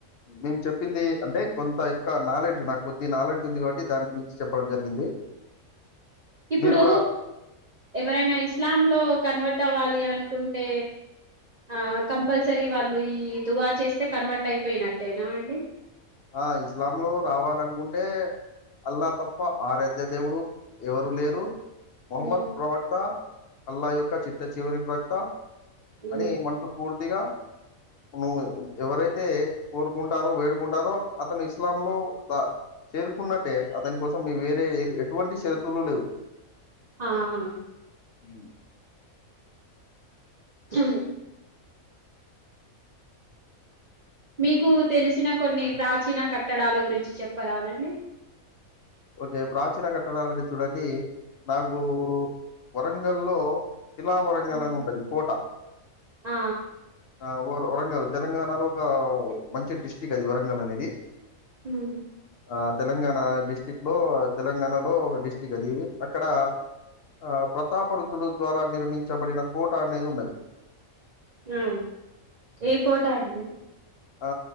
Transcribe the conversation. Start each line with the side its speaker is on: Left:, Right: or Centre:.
Left: మేము చెప్పింది అంటే కొంత ఒక నాలెడ్జ్ నాకు కొద్ది నాలెడ్జ్ ఉంది కాబట్టి దాని గురించి చెప్పడం జరిగింది
Right: ఇప్పుడు
Left: మీరు కూడా
Right: ఎవరైనా ఇస్లాం లో కన్వర్ట్ అవ్వాలి అనుకుంటే ఆ కంపల్సరీ వాళ్ళు ఈ దువా చేస్తే కన్వర్ట్ అయిపోయినట్టేనా అండి
Left: ఆ ఇస్లాం లో రావాలనుకుంటే అల్లా తప్ప ఆరాధ్య దేవుడు ఎవరు లేరు మహమ్మద్
Right: ఉమ్
Left: ప్రవక్త అల్లా యొక్క చిట్ట చివరి ప్రవక్త
Right: ఉమ్
Left: అని మనసు పూర్తిగా నువ్వు ఎవరైతే కోరుకుంటారో వేడుకుంటారో అతను ఇస్లాం లో ద చేరుకున్నట్టే అతని కోసం వేరే ఎటువంటి షరతులు లేవు
Right: ఆహా
Left: అ
Right: హ మీకు తెలిసిన కొన్ని ప్రాచీన కట్టడాల గురించి చెప్పరాలండి
Left: ఒక ప్రాచీన కట్టడాది చూడండి నాకు వరంగల్లో కిలా వరంగల్
Right: హ్మ్
Left: అని ఉంటది కోట
Right: ఆ
Left: ఆ వరంగల్ తెలంగాణలో ఒక మంచి డిస్టిక్ట్ అది వరంగల్ అనేది
Right: మ్మ్
Left: ఆ తెలంగాణ డిస్టిక్ లో తెలంగాణలో డిస్టిక్ట్ అది అక్కడ ఆ ప్రతాప రుద్రుడు ద్వారా నిర్మించబడిన కోట అనేది ఉన్నది
Right: ఆ ఏ కోట ఆడి
Left: ఆ